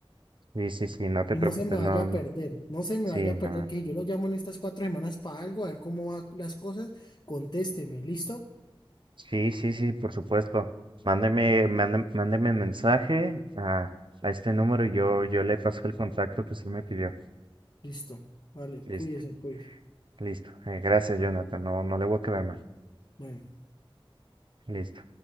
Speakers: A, on the right; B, on the left.
A: sí, sí, sí, no te
B: Y
A: preocupes,
B: no se me vaya
A: no,
B: a
A: no,
B: perder, no se me
A: sí,
B: vaya a
A: no,
B: perder que si yo lo llamo en estas cuatro semanas para algo, a ver cómo van las cosas, contésteme, ¿listo?
A: sí, sí, sí, por supuesto. Mándeme, mándeme, mándeme mensaje a, a este número y yo, yo le paso el contacto que usted me pidió.
B: Listo. Vale,
A: Listo,
B: cuídese, pues.
A: listo. Eh, gracias, Jonathan, no, no le voy a quedar mal.
B: Bueno.
A: Listo.